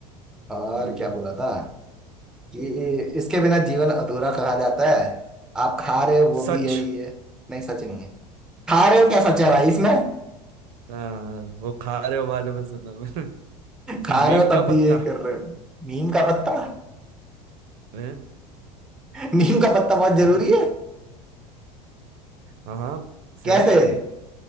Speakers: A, in the centre; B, on the right.
A: और
B: हम्म
A: क्या बोला था कि इसके बिना जीवन अधूरा कहा जाता है आप खा रहे हो
B: सच
A: वो भी यही है नहीं सच नहीं है खा रहे हो क्या
B: अच्छा
A: सच है भाई इसमें
B: हाँ वो खा रहे हो बाद में सुना मैंने
A: खा
B: <laughs> नीम
A: रहे हो
B: का
A: तब भी
B: पत्ता
A: यही कर रहे हो नीम का पत्ता
B: हैं?
A: नीम का पत्ता बहुत
B: <laughs>
A: जरूरी है
B: हाँ हाँ सेहत
A: कैसे
B: के लिए